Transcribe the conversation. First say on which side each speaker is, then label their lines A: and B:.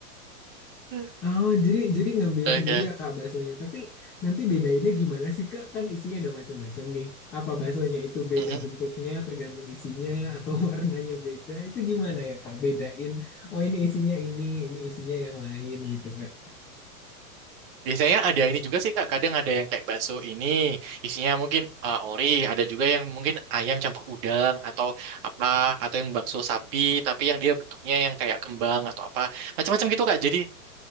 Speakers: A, on the right; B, in the centre.
A: <laughs>
B: Oh, jadi jadi ngambil
A: Oke.
B: sendiri ya Kak baksonya. Tapi nanti bedainnya gimana sih Kak? Kan isinya ada macam-macam nih. Apa baksonya itu beda
A: Mm-mm.
B: bentuknya tergantung isinya atau <laughs> warnanya beda? Itu gimana ya Kak? Bedain. Oh, ini isinya ini, ini isinya yang lain gitu Kak.
A: Biasanya ada ini juga sih Kak, kadang ada yang kayak bakso ini isinya mungkin eh, ori, ada juga yang mungkin ayam campur udang atau apa atau yang bakso sapi tapi yang dia bentuknya yang kayak kembang atau apa. Macam-macam gitu Kak. Jadi